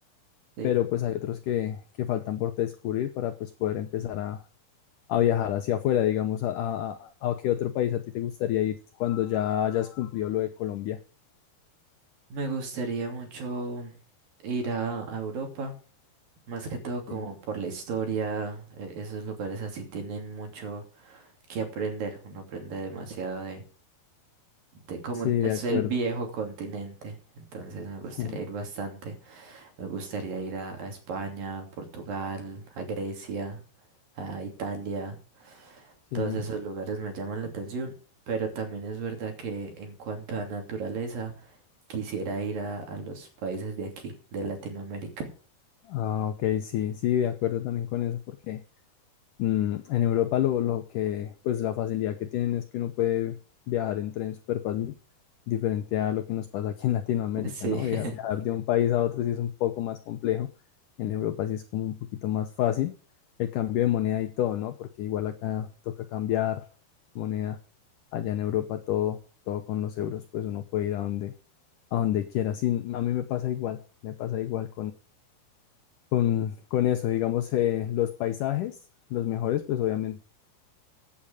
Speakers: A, on the right; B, on the left.
A: Sí.
B: pero pues hay otros que, que faltan por descubrir para pues poder empezar a, a viajar hacia afuera, digamos, a, a, a qué otro país a ti te gustaría ir cuando ya hayas cumplido lo de Colombia.
A: Me gustaría mucho ir a a Europa. Más que todo como
B: Sí,
A: por la historia, e- esos lugares así tienen mucho que aprender, uno aprende demasiado de, de cómo
B: Sí,
A: es
B: de acuerdo.
A: el viejo continente, entonces me gustaría
B: <laughs>
A: ir bastante, me gustaría ir a, a España, a Portugal, a Grecia, a Italia,
B: Sí.
A: todos esos lugares me llaman la atención, pero también es verdad que en cuanto a naturaleza, quisiera ir a, a los países de aquí, de Latinoamérica.
B: Ah, ok, sí, sí, de acuerdo también con eso, porque... Mm, en Europa lo, lo que, pues la facilidad que tienen es que uno puede viajar en tren súper fácil, diferente a lo que nos pasa aquí en Latinoamérica,
A: Sí.
B: ¿no?
A: <laughs>
B: Via- Sí. Viajar de un país a otro sí es un poco más complejo, en Europa sí es como un poquito más fácil el cambio de moneda y todo, ¿no? Porque igual acá toca cambiar moneda, allá en Europa todo, todo con los euros, pues uno puede ir a donde, a donde quiera. Sí, a mí me pasa igual, me pasa igual con, con eso, digamos, eh, los paisajes, los mejores, pues obviamente